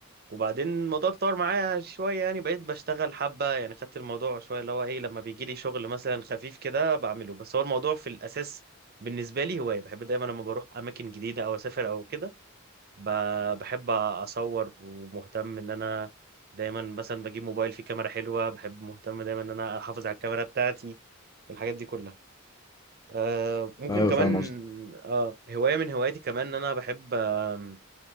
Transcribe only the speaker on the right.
وبعدين الموضوع اتطور معايا شوية يعني بقيت بشتغل حبة يعني خدت الموضوع شوية اللي هو ايه لما بيجي لي شغل مثلا خفيف كده بعمله بس هو الموضوع في الأساس بالنسبة لي هواية بحب دايما لما بروح أماكن جديدة أو أسافر أو كده ب- بحب أصور ومهتم إن أنا دايما مثلا بجيب موبايل فيه كاميرا حلوة بحب مهتم دايما إن أنا أحافظ على الكاميرا بتاعتي الحاجات دي كلها آه ممكن
كمان
آه هواية من هواياتي كمان إن أنا بحب آه